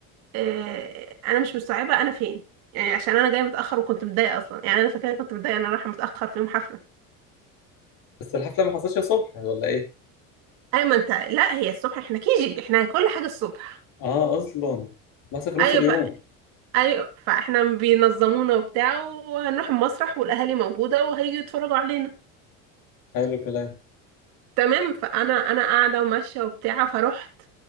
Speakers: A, on the right; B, on the left.
A: آه انا مش مستوعبه انا فين يعني عشان انا جايه متاخر وكنت متضايقه اصلا يعني انا فاكره كنت متضايقه ان انا رايحه متاخر في يوم حفله
B: <laughs> بس الحفلة ما حصلتش الصبح ولا إيه؟
A: ايوه ما انت لا هي الصبح احنا كيجي احنا كل حاجه الصبح
B: آه أصلا بس في نص
A: ايوه
B: اليوم
A: ف... ايوه فاحنا بينظمونا وبتاع وهنروح المسرح والاهالي موجوده وهيجوا يتفرجوا علينا
B: حلو الكلام
A: تمام فانا انا قاعده وماشيه وبتاع فروحت